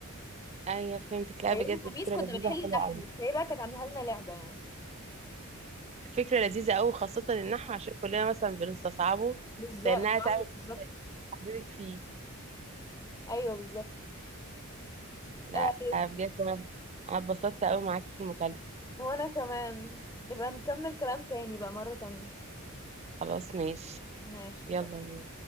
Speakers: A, on the right; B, on the left.
A: ايوه فهمتك لا
B: ليالي
A: بجد
B: الخميس
A: فكرة
B: كنا
A: لذيذة
B: بنحل
A: حلوة
B: نحل
A: قوي
B: فهي بقى كانت عاملة لنا لعبة يعني
A: فكرة لذيذة قوي خاصة النحو عشان كلنا مثلا بنستصعبه
B: بالظبط
A: فإنها تعمل
B: ايوه بالظبط
A: حبيبك فيه
B: ايوه بالظبط
A: لا
B: آه
A: آه، بجد أنا أنا اتبسطت قوي معاكي في المكالمة
B: وانا كمان نبقى نكمل كلام تاني بقى مرة تانية
A: خلاص ماشي
B: ماشي
A: يلا
B: بقى